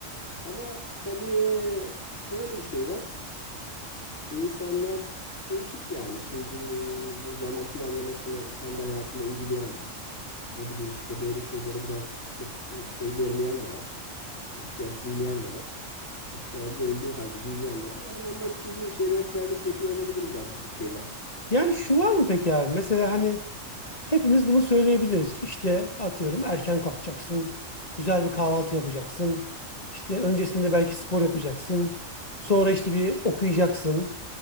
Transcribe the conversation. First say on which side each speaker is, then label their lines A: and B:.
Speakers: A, on the left; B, on the left.
A: Ama tabii şöyle bir şey var. İnsanlar değişik yani. Şimdi zaman planlamasını kendi hayatında uygulayan var. Ne bileyim işte böyle şeylere biraz çok e, şey görmeyen de var. E, ihtiyaç duymayan da var. İhtiyacı olduğu halde duymayan da var. Yani onlar için bir şey rehberlik yapıyor olabilir biraz bu tip şeyler.
B: Yani şu
A: E,
B: var mı peki abi? Mesela hani Hepimiz bunu söyleyebiliriz. İşte atıyorum erken kalkacaksın, güzel bir kahvaltı yapacaksın. İşte öncesinde belki spor yapacaksın. Sonra işte bir okuyacaksın.